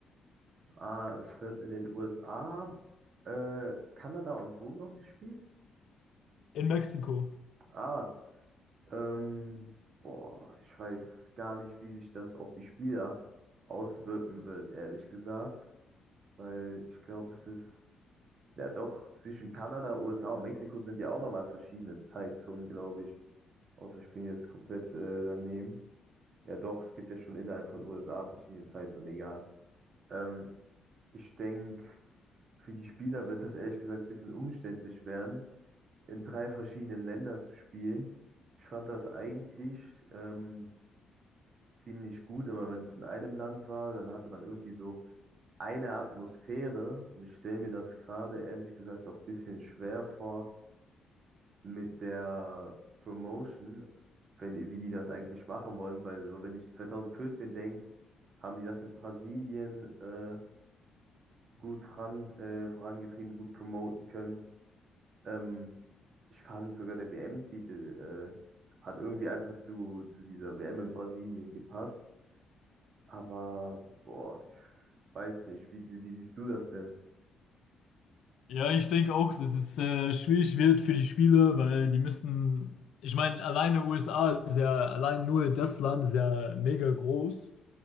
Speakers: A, on the right; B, on the left.
A: Ah, es wird in den USA, äh, Kanada und wo noch gespielt?
B: In Mexiko.
A: Ah, ähm, boah, ich weiß gar nicht, wie sich das auf die Spieler auswirken wird, ehrlich gesagt, weil ich glaube, es ist, ja doch, zwischen Kanada, USA und Mexiko sind ja auch nochmal verschiedene Zeitzonen, glaube ich. Außer ich bin jetzt komplett äh, daneben. Ja, doch, es gibt ja schon innerhalb von USA verschiedene Zeitzonen, egal. Ähm, ich denke, für die Spieler wird das ehrlich gesagt ein bisschen umständlich werden, in drei verschiedenen Ländern zu spielen. Ich fand das eigentlich ähm, ziemlich gut, immer wenn es in einem Land war, dann hatte man irgendwie so eine Atmosphäre und ich stelle mir das gerade ehrlich gesagt auch ein bisschen schwer vor mit der Promotion, wenn, wie die das eigentlich machen wollen, weil so, wenn ich 2014 denke, haben die das mit Brasilien äh, gut voran, äh, vorangetrieben, gut promoten können. Ähm, ich fand sogar der WM-Titel äh, hat irgendwie einfach zu, zu dieser WM in Brasilien gepasst. Aber boah, ich weiß nicht, wie, wie siehst du das denn?
B: Ja, ich denke auch, dass es äh, schwierig wird für die Spieler, weil die müssen, ich meine, alleine USA ist ja, allein nur das Land ist ja mega groß.